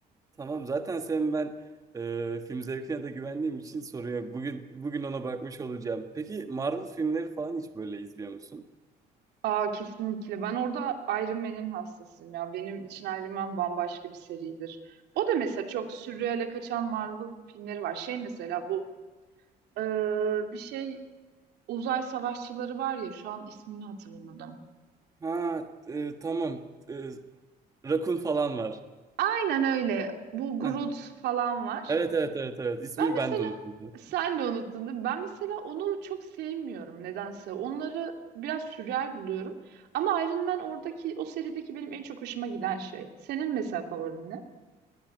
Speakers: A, on the right (about 20°); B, on the right (about 75°).
A: Tamam zaten senin ben e, film zevkine de güvendiğim için soruyor. Bugün bugün ona bakmış olacağım. Peki Marvel filmleri falan hiç böyle izliyor musun?
B: Aa kesinlikle. Ben orada Iron Man'in hastasıyım ya. Benim için Iron Man bambaşka bir seridir. O da mesela çok sürreale kaçan Marvel filmleri var. Şey mesela bu ee, bir şey uzay savaşçıları var ya şu an ismini hatırlamadım.
A: Ha e, tamam. E, Rakun falan var.
B: Aynen öyle. Bu Groot
A: Heh.
B: falan var.
A: Evet evet evet evet. İsmini
B: Ben mesela
A: ben de unuttum.
B: sen de unuttun değil mi? Ben mesela onu çok sevmiyorum nedense. Onları biraz sürreal buluyorum. Ama Iron Man oradaki o serideki benim en çok hoşuma giden şey. Senin mesela favorin ne?